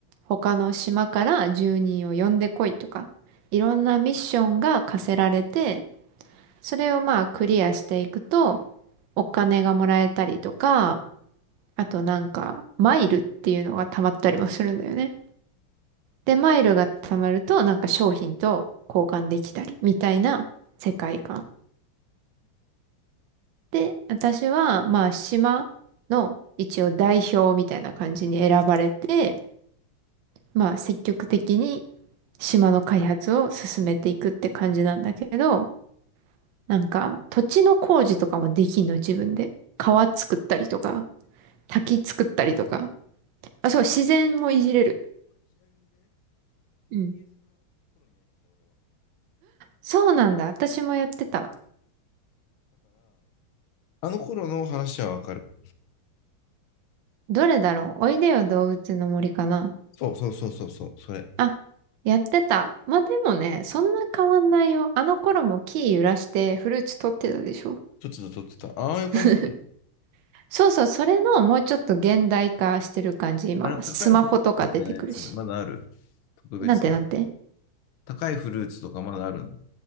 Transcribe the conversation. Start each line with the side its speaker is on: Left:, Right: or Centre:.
Right: 他の島から住人を呼んでこいとか、いろんなミッションが課せられて、それをまあクリアしていくと、お金がもらえたりとか、あとなんか、マイルっていうのが溜まったりもするんだよね。で、マイルが貯まると、なんか商品と交換できたり、みたいな世界観。で、私は、まあ、島の一応代表みたいな感じに選ばれて、まあ、積極的に島の開発を進めていくって感じなんだけど、なんか、土地の工事とかもできんの、自分で。川作ったりとか。滝作ったりとか。あ、そう、自然もいじれる。うん。そうなんだ。私もやってた。
Left: あの頃の話はわかる。
Right: どれだろうおいでよ動物の森かな。
Left: そうそうそうそう、そう、それ。
Right: あ、やってた。まあ、でもね、そんな変わんないよ。あの頃も木揺らしてフルーツ取ってたでしょ。
Left: 撮ってた、撮ってた。ああいう感じなの。
Right: <laughs> そうそう、それのもうちょっと現代化してる感じ、今は。
Left: あの、高いフルーツみたいなやつ、
Right: スマホとか出てくるし。
Left: まだある。特別な。
Right: なんてなんて。
Left: 高いフルーツとかまだあるの。